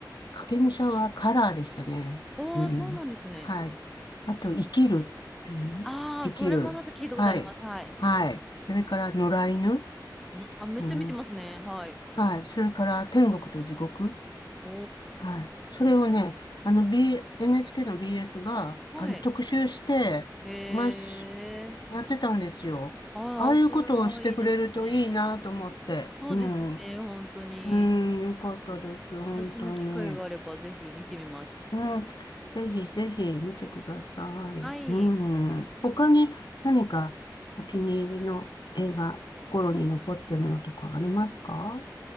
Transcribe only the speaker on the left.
影武者はカラーでしたね。
うん。
はい。あと、生きるっていうの生きる。
はい。
はい。それから、野良犬。
うん。
はい。それから、天国と地獄。
はい。それをね、
あの、B、NHK の BS が、
あの、特集して、
毎週、やってたんですよ。
ああいうことをしてくれるといいなと思って。
うん。
うん、よかったです。本当に。
うん、ぜひぜひ見てください。
うん。他に何かお気に入りの映画、心に残ってるのとかありますか